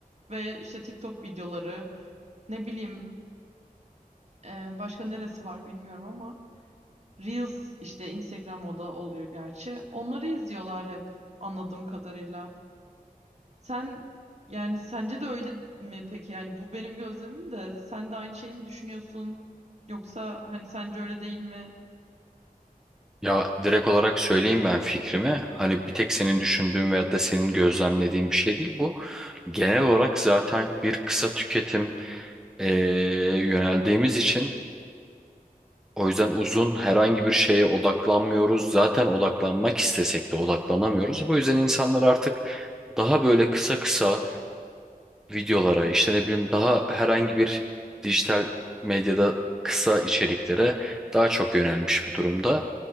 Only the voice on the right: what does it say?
ve işte TikTok videoları ne bileyim e, başka neresi var bilmiyorum ama Reels işte Instagram o da oluyor gerçi. Onları izliyorlar hep anladığım kadarıyla. Sen yani sence de öyle mi peki? Yani bu benim gözlemim de sen de aynı şeyi mi düşünüyorsun? Yoksa hani sence öyle değil mi?